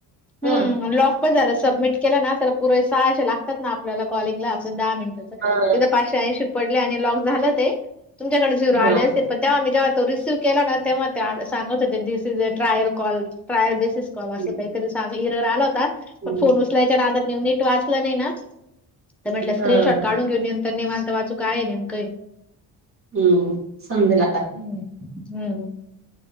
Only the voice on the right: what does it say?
हं,
हां,
हां.
हं,
हं.
हां,
ह समजल आ